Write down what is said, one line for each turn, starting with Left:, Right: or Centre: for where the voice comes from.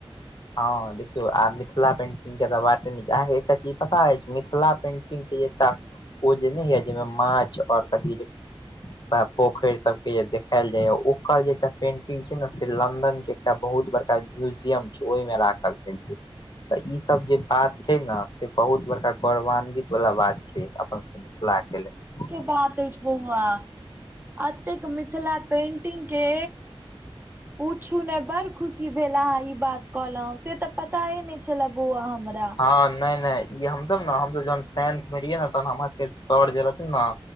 Left: हँ देखियौ आ मिथिला पेंट बाते नहि छै, अहाँकेँ एकटा चीज पता अछि मिथिला पेन्टिंग के जे एकटा ओ जे नहि होइये जाहिमे माछ आओर कथी पोखरि सब के जे देखायल जाइये ओकर जे एकटा पेंटिंग छै ने से लंन्दन के एकटा बहुत बड़का म्यूजियम ओहिमे राखल गेल छै तऽ ई सब जे बात छै ने से बहुत बड़का गौरवान्वित वला बात छै अपन सभके मिथिलाके लेल।
Right: बाते <unintelligible> बौआ, एतेक मिथिला पेंटिंग के पुछु ने बड़ खुशी भेल अहिं ई बात कहलहु से तऽ पता हे ने छले। छले बौआ हमरा।
Left: हँ नै नै ई हमसब ने हमसब जखन टेंथ मे रहियै ने तखन हमरा सबके सर जे रहथिन ने